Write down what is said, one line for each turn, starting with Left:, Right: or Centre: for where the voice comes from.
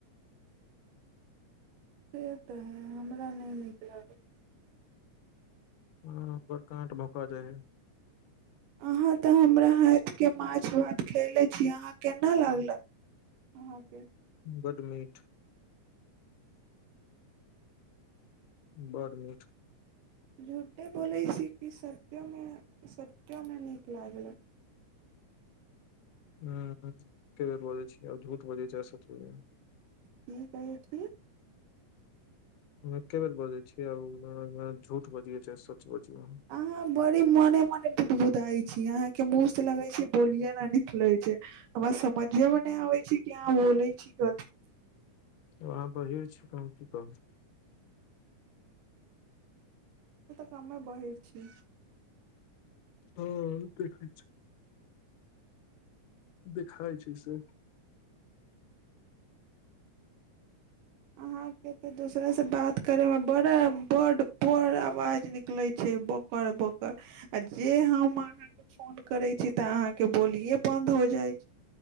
Right: से तऽ है हमरा नहि नीक लागत
Left: ह बड़ काठ भका जा ह
Right: अहाँ तऽ हमरा हैत के माछ भात खयले छीिय अहाँ केना लागलक अहाँ के
Left: बडड मीठ बड मीट
Right: झूठे बोलैस किो सचोमे नीक लागलक
Left: ह क बेर बजैत छीिय आ झूत बजैत छैसतज
Right: की कहै छी
Left: एके बेे बजै छी आउ झूट बजि छै स्वच बजियै आब
Right: अहाँ बड़ी मने मने बुदबुदाइ छी अहाँके मुँहसँ लगै छै बोलिए न निकलैत छै हमरा समझेमे नहि आबैत छै कि अहाँ बोलै छी कथिी
Left: अहाँ बहिर छी त हम की कहू
Right: समय बहै छी
Left: हँ देखै छै देखाइ छै से
Right: अहाँके तऽ दस तोड़ास से बात करे में बड़ हमरा बड्ड बड़ आवाज निकलैत छै बकर बकर आ जे हम अहाँके फोन करैत छी तऽ अहाँके बोलिए बन्द हो जाइ छै